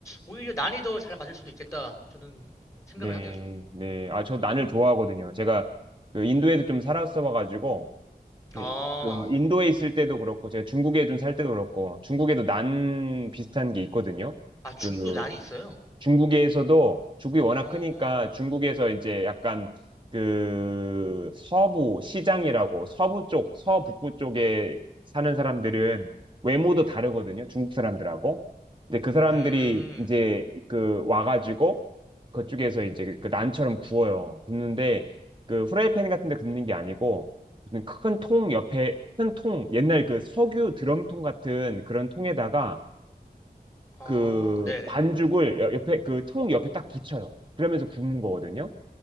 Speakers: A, on the left (about 20°); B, on the right (about 30°).
A: 오히려 난이 더 잘 맞을 수도 있겠다 저는 생각을
B: 네,
A: 하네요 좀.
B: 네. 아, 저 난을 좋아하거든요. 제가 그 인도에도 좀 살았어봐가지고
A: 아,
B: 예, 그 인도에 있을 때도 그렇고 제가 중국에 좀 살 때도 그렇고 중국에도 난 비슷한 게 있거든요.
A: 아 중국
B: 그
A: 난이 있어요?
B: 중국에서도 중국이 워낙
A: 어,
B: 크니까 중국에서 이제 약간 그 서부 시장이라고 서부 쪽, 서북부 쪽에 사는 사람들은 외모도 다르거든요. 중국 사람들하고. 근데 그 사람들이
A: 음,
B: 이제 그 와가지고 그쪽에서 이제 그 난처럼 구워요. 굽는데 그 후라이팬 같은 데 굽는 게 아니고 큰 통 옆에 큰 통, 옛날 그 석유 드럼통 같은 그런 통에다가
A: 아,
B: 그
A: 네네.
B: 반죽을 여- 옆에 그 통 옆에 딱 붙여요. 그러면서 굽는 거거든요.